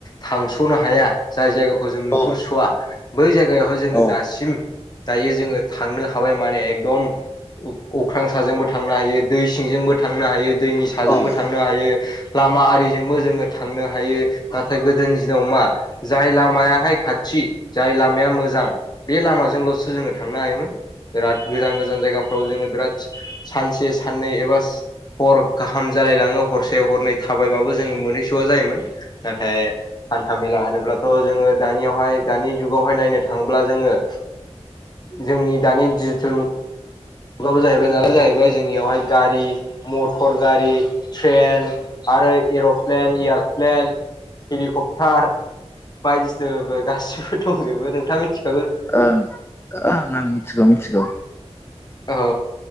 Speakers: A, on the left (about 35°); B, on the left (about 20°).
A: थांसनो हाया जाय जायगा खौ जों नुहुरसवा
B: औ
A: बै जायगायावहाय जोङो
B: औ औ
A: दासिम दायो जोङो थांनो हाबाय माने एकदम उम अख्रां साजोंबो थांनो हायो दै सिंजोंबो थांनो हायो दैनि साजोंबो
B: ओं
A: थांनो हायो लामा आरिजोंबो जोङो थांनो हायो नाथाय गोदोनि दिनाव मा जाय लामा याहाय खाथि जाय लामाया मोजां बे लामाजोंलसो जोङो थांनो हायोमोन बिराद गोजान गोजान जायगाफ्राव जोङो बिराद सानसे साननै एबा हर गाहाम जालायलाङो हरसे हरनै थाबायबाबो जोङो मोनहैसआ जायोमोन नाथाय हान्था मेला होनोब्ला जोङो दानियावहाय दानि जुगावहाय नायनो थांब्ला जोङो जोंनि दानि डिजिटेल मु गाबो जाहैबाय नालाय जाहैबाय जोंनियावहाय गारि मटर गारि ट्रेन आरो एरप्लेन एयारप्लेन हेलिकप्टार बायदिसिना गासिबो दंजोबो नोंथाङा मिथि
B: ओं ओं आं मिथिगौ मिथिगौ
A: औ